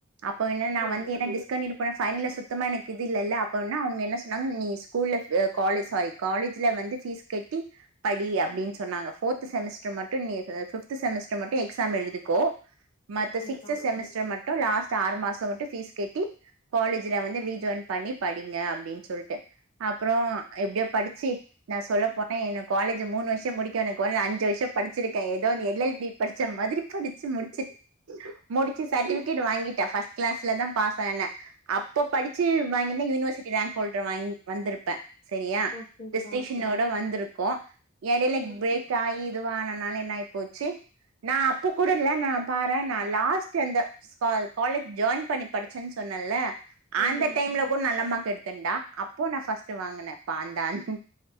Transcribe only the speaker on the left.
புரியுது
ஓகேக்கா
ஓகேக்கா
ம்
ஆமா